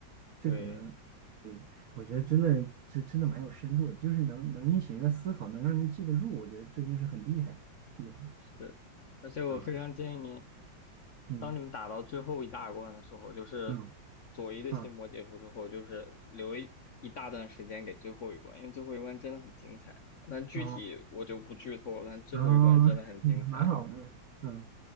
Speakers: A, on the right; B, on the left.
A: 这可能，
B: 对，
A: 对，我觉得真的是真的蛮有深度的，就是能能引起人的思考，能让人记得住，我觉得这就是很厉害的地方
B: 是，而且我非常建议你，
A: 啊！嗯
B: 当你们打到最后一大关的时候，就是左一的心魔结束之后，
A: 嗯啊
B: 就是留一一大段时间给最后一关，因为最后一关真的很精彩。但具体我就不剧透了，
A: 啊。
B: 但最后一关真的很精彩，
A: 然后 <laughs> 蛮好的，嗯